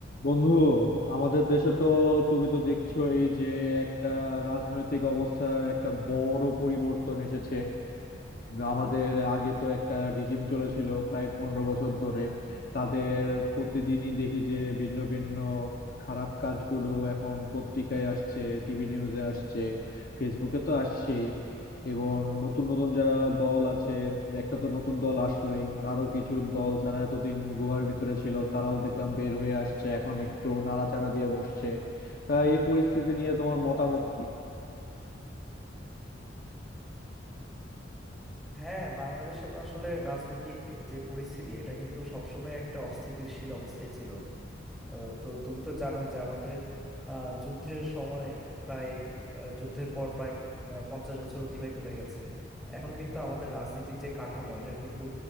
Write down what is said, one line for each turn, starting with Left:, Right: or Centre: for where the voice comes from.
Left: বন্ধু আমাদের দেশে তো তুমি তো দেখছোই যে একটা রাজনৈতিক অবস্থার একটা বড় পরিবর্তন এসেছে আমাদের আগে তো একটা রিজিম চলেছিল প্রায় পনেরো বছর ধরে তাদের প্রতিদিনই দেখি যে ভিন্ন ভিন্ন খারাপ কাজগুলো এখন পত্রিকায় আসছে টিভি নিউজে আসছে ফেসবুকে তো আসছেই এবং নতুন নতুন যারা দল আছে একটা তো নতুন দল আসলোই আরো কিছু দল যারা এতদিন গুহার ভিতরে ছিল তারাও দেখলাম বের হয়ে আসছে এখন একটু নাড়াচাড়া দিয়ে বসছে তা এই পরিস্থিতি নিয়ে তোমার মতামত কি
Centre: হ্যাঁ বাংলাদেশে তো আসলে রাজনৈতিক যে পরিস্থিতি এটা কিন্তু সবসময় একটা অস্থিতিশীল অবস্থায় ছিল আহ, তো তুমি তো জানোই যে আমাদের আহ, যুদ্ধের সময় প্রায় আহ, যুদ্ধের পর প্রায় আহ, পঞ্চাশ বছর অতিবাহিত হয়ে গেছে এখনো কিন্তু আমাদের রাজনীতির যে কাঠামো এটা কিন্তু